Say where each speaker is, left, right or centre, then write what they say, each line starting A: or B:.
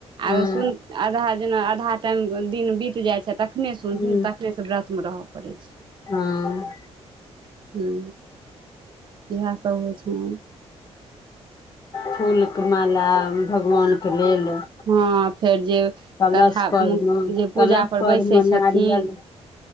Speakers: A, on the left; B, on the right.
A: हूँ
B: आ सुन आधा जेना आधा टाइम दिन बीत जाय छै, तखने सुथिन
A: हूँ
B: त तखने। तऽ व्रत मे रह परै छै,
A: हँ
B: हू। इएह सभ होइ छै
A: फूल कऽ माला भगवानके लेलऽ
B: हँ, फेर जे।
A: कलशपरमे
B: कथा जे पूजापर
A: कलशपरमे
B: बैसै छथिन
A: नारियल।